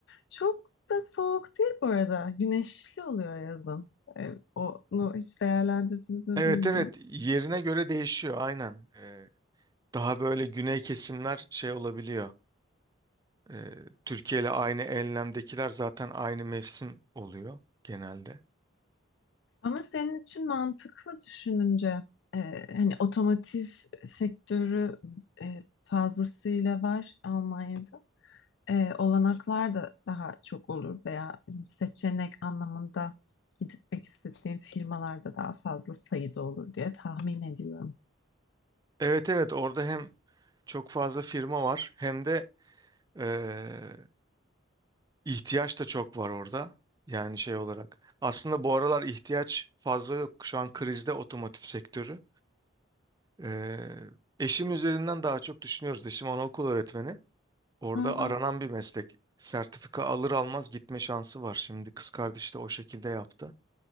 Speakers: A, on the left; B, on the right.
A: Çok da soğuk değil bu arada. Güneşli oluyor yazın. Ee, onu hiç değerlendirdiniz mi
B: Evet
A: bilmiyorum.
B: evet yerine göre değişiyor aynen. Ee, daha böyle güney kesimler şey olabiliyor. Ee, Türkiye ile aynı enlemdekiler zaten aynı mevsim oluyor genelde.
A: Ama senin için mantıklı düşününce e, hani otomotiv sektörü e, fazlasıyla var Almanya'da. e, olanaklar da daha çok olur veya hani, seçenek anlamında gitmek istediğim firmalarda daha fazla sayıda olur diye tahmin ediyorum.
B: Evet evet orada hem çok fazla firma var hem de Ee, ihtiyaç da çok var orada. Yani şey olarak. Aslında bu aralar ihtiyaç fazla yok. Şu an krizde otomotiv sektörü. Ee, eşim üzerinden daha çok düşünüyoruz. Eşim anaokul öğretmeni. Orada
A: Hı hı.
B: aranan bir meslek. Sertifika alır almaz gitme şansı var. Şimdi kız kardeş de o şekilde yaptı.